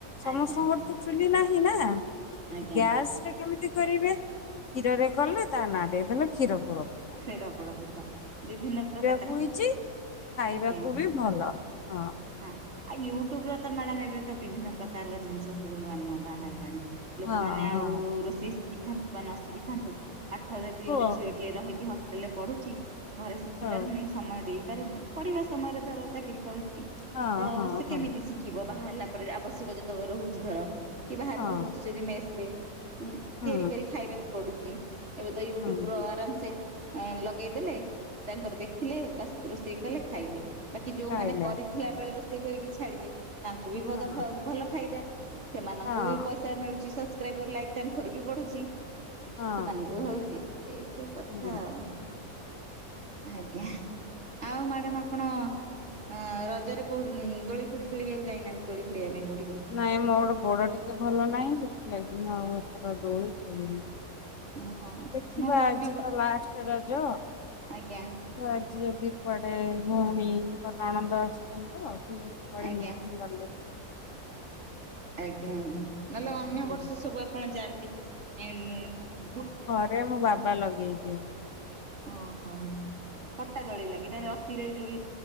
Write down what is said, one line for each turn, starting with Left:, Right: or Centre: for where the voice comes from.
Left: ସମସ୍ତଙ୍କର
Right: ଆଜ୍ଞା
Left: ତ ଚୁଲି ନାହିଁ ନା ଗ୍ୟାସରେ
Right: ଆଜ୍ଞା
Left: କେମିତି କରିବେ କ୍ଷୀରରେ କଲେ ତା ନାଁ ଦେଇଦେଲେ କ୍ଷୀର ପୋଡ ପିଟ୍
Right: ଖିର ପୋଡ ପିଠା ବିଭିନ୍ନ ପ୍ରକାର
Left: ହୁଇଛି ଖାଇବାକୁ
Right: ଆଜ୍ଞା।
Left: ବି ଭଲ ହଁ।
Right: ହଁ ଆଉ ୟୁଟ୍ୟୁବ୍ରେ ତ ମ୍ୟାଡାମ ଏବେ ତ ବିଭିନ୍ନ ପ୍ରକାରର ଜିନିଷ ସବୁ ନୂଆ ନୂଆ ବାହାରିଲାଣି। ଲୋକମାନେ
Left: ହଁ
Right: ଆଉ
Left: ହଁ
Right: ରୋଷେଇ ଶିଖିଥାନ୍ତୁ ବା ନ ଶିଖିଥାନ୍ତୁ ପାଠ ଯଦି
Left: ପୁଅ
Right: ଗୋଟେ ଝିଅ ଟିଏ ରହିକି ନା ହେଲେ ପଢୁଛି ଘରେ ଶିଖିପାରୁନି
Left: ହଁ
Right: ସମୟ ଦେଇପାରୁନି ପଢିବା ସମୟରେ ଧର ଚାକିରି କରୁଛି
Left: ହଁ
Right: ତ
Left: ହଁ
Right: ସେ
Left: ହଁ
Right: କେମିତି ଶିଖ୍ କିବ ବାହାହେଲା ପରେ ଆବଶ୍ୟକ ଯେତେବେଳେ ରହୁଛି ଧର କି ବାହାରେ
Left: ହଁ
Right: ରହୁଛି ଯଦି ମେସରେ ଉଁ
Left: ହୁଁ
Right: ତିଆରି କରି ଖାଇବାକୁ ପଡୁଛି ଏବେତ ୟୁଟ୍ୟୁବ୍
Left: ହୁଁ
Right: ର
Left: ହୁଁ
Right: ଆରାମସେ ଅ ଲଗେଇଦେଲେ ତାଙ୍କର ଦେଖିଲେ ବାସ ରୋଷେଇ କଲେ ଖାଇଲେ ବାକି ଯୋଉମାନେ
Left: ଖାଇଲେ
Right: କରି ବଳେ ରୋଷେଇ କରିକି ଛାଡିଲେ ତାଙ୍କୁ ବି ମଜା
Left: ହଁ
Right: ଭଲ ଫାଇଦା ସେମାନଙ୍କୁ
Left: ହଁ
Right: ବି ପଇସା ମିଳଛି ସବସ୍କ୍ରାଇବର ଲାଇକ୍ ତାଙ୍କର ବି ବଢୁଛି
Left: ହଁ
Right: ସେମାନଙ୍କୁ ବି ହଉଛି ଏ ସବୁ। କଥା
Left: ହୁଁ
Right: ଆଉ ଆଜ୍ଞା ଆଉ ମ୍ୟାଡାମ୍ ଆପଣ? ହଁ ରଜରେ କୋଉଠ ଦୋଳି ଫୋଳି ଖେଳି ଆକୁ ଯାଇନାହାନ୍ତି ଦୋଳି ଖେଳିବା ପାଇଁ କୋଉଠିକି?
Left: ନାଇଁ ମୋର ଗୋଡ଼ ଟିକେ ଭଲ ନାହିଁ ସେଥି ଲାଗି ଆଉ ଏଥର ଦୋଳି ଖେଳିିନି।
Right: ଓହୋ
Left: ଦେଖିବା
Right: ନହେଲେ
Left: ଆଜି
Right: ଅନ୍ୟ
Left: ତ ଲାଷ୍ଟ୍ ରଜ
Right: ଆଜ୍ଞା
Left: ଆଜି ଯଦି କୁଆଡେ ଭଉଣୀଙ୍କ ନଣନ୍ଦ ଆସିଛନ୍ତି ତ ସେ ଯଦି କୁଆଡେ
Right: ଆଜ୍ଞା
Left: ନେଇକି ଗଲେ
Right: ଆଜ୍ଞା ଆଜ୍ଞା ନହେଲେ ଅନ୍ୟ
Left: ହୁଁ।
Right: ବର୍ଷ ସବୁ ଆପଣ ଯାଆନ୍ତି ଉଁ ଉଁ ବୁଟ୍
Left: ଆରେ ମୋ ବାବା ଲଗେଇ ଦିଅନ
Right: ଓହୋ ପଟା ଦୋଳି ଲାଗେ ନା ରସିରେ ଯୋଇ